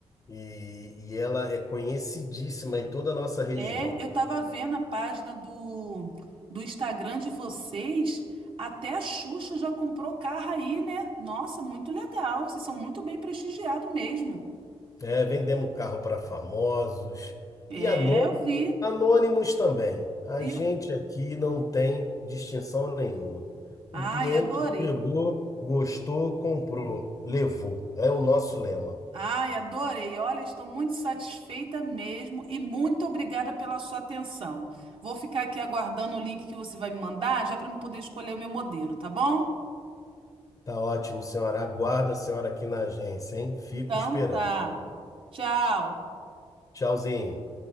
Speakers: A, on the left; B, on the right.
A: E, e ela é conhecidíssima em toda a nossa região.
B: É, eu tava vendo a página do, do Instagram de vocês. Até a Xuxa já comprou carro aí, né? Nossa, muito legal. Vocês são muito bem prestigiados mesmo.
A: É, vendemos carro para famosos
B: É,
A: e anô-
B: eu vi.
A: anônimos também. A
B: E-
A: gente aqui não tem distinção nenhuma. O
B: Ai,
A: cliente
B: adorei.
A: chegou, gostou, comprou, levou. É o nosso lema.
B: Ai, adorei. Olha, estou muito satisfeita mesmo e muito obrigada pela sua atenção. Vou ficar aqui aguardando o link que você vai me mandar, já para eu poder escolher o meu modelo, tá bom?
A: Tá ótimo, senhora. Aguardo a senhora aqui na agência, hein? Fico
B: Então
A: esperando.
B: tá. Tchau.
A: Tchauzinho.